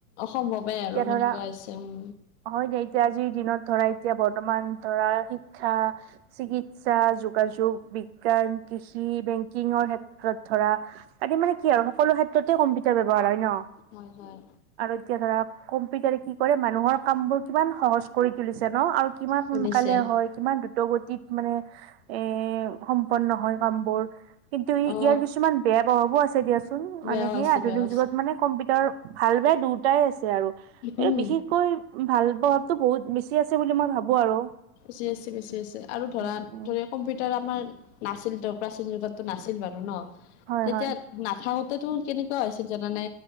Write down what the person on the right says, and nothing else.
এতিয়া
ধৰা
হয় দে এতিয়া আজিৰ দিনত ধৰাই। এতিয়া বৰ্তমান ধৰা শিক্ষা, চিকিৎসা, যোগাযোগ বিজ্ঞান, কৃষি, বেংকিঙৰ ক্ষেত্ৰত ধৰা আদি মানে কি আৰু সকলো ক্ষেত্ৰ- টো কম্পিউটাৰ ব্যৱহাৰ হয় ন।
আৰু এতিয়া ধৰা কম্পিউটাৰ কি কৰে মানুহৰ কাম বোৰ কিমান সহজ কৰি তুলিছে ন আৰু কিমান
সোনকালে হয় কিমান দ্ৰুত গতিত। মানে এ সম্পন্ন হয় কামবোৰ। কিন্তু ই
ইয়াৰ কিছুমান বেয়া প্ৰভাৱো আছে দিয়াচোন মানে
সেই
আধুনিক
যুগত মানে কম্পিউটাৰ ভাল বেয়া দুটাই আছে আৰু এই
বিশেষকৈ ভাল প্ৰভাৱটো বহুত বেছি আছে বুলি মই ভাবো আৰু।
উম উম
হয়
হয়